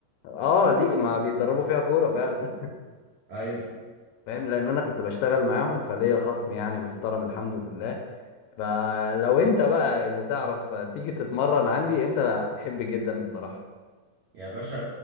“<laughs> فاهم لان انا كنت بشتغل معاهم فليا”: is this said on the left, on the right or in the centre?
Left